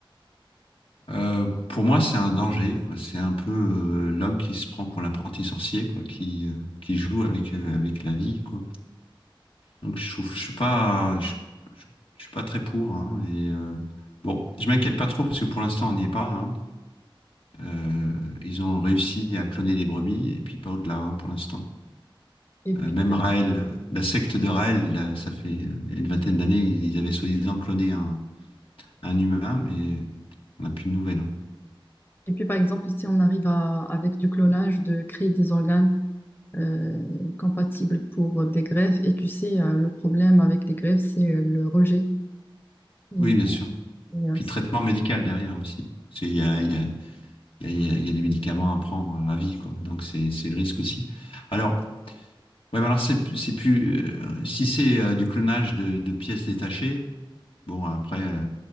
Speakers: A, on the left; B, on the left.
A: Euh, pour moi, c'est un danger, quoi. C'est un peu euh, l'homme qui se prend pour l'apprenti sorcier, quoi, qui, euh, qui joue avec, euh, avec la vie, quoi. Donc, je trouve, je suis pas, je, je- je suis pas très pour, hein. et, euh, bon, je m'inquiète pas trop parce que pour l'instant, on n'y est pas, hein. Euh, ils ont réussi à cloner les brebis et puis pas au-delà, hein, pour l'instant.
B: Et puis,
A: Euh, même Raël, la secte de Raël, là, ça fait euh, il y a une vingtaine d'années, ils avaient soi-disant cloné un, un humain, mais on n'a plus de nouvelles, hein.
B: et puis, par exemple, si on arrive à, avec du clonage, de créer des organes euh, compatibles pour des greffes, et tu sais, euh, le problème avec les greffes, c'est euh, le rejet. Et,
A: Oui, bien sûr.
B: et, euh,
A: Puis traitement médical derrière aussi. Parce qu'il y a, il y a, il y a, il y a des médicaments à prendre à vie, quoi. Donc c'est, c'est le risque aussi. Alors, ouais, mais alors c'est, c'est plus, euh, si c'est euh, du clonage de, de pièces détachées, bon après, euh,